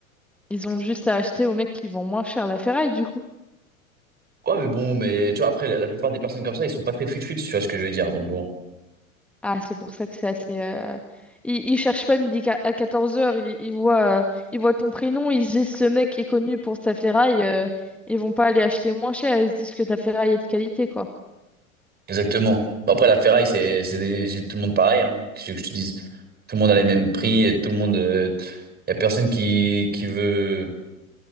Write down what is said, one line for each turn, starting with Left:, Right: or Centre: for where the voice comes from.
Centre: Ils ont juste à acheter au mec qui vend moins cher la ferraille, du coup.
Right: Ouais, mais bon, mais tu vois, après, la, la plupart des personnes comme ça, ils sont pas très fut-fut, si tu vois ce que je veux dire. Donc bon,
Centre: Ah, c'est pour ça que c'est assez. euh, Ils, ils cherchent pas midi qua- à quatorze heures, ils, ils voient, euh, ils voient ton prénom, ils se disent ce mec est connu pour sa ferraille, euh, ils vont pas aller acheter moins cher, ils se disent que ta ferraille est de qualité, quoi.
Right: exactement. Bon, Après, la ferraille, c'est c'est des- c'est tout le monde pareil, hein. Qu'est-ce que tu veux que je te dise? Tout le monde a les mêmes prix, et tout le monde. Il y a personne qui, qui veut,